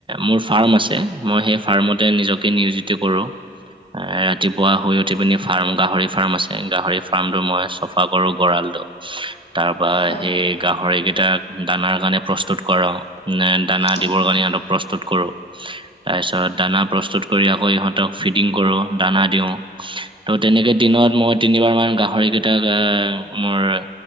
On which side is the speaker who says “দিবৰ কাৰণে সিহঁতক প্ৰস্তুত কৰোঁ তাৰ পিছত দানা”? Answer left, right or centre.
Right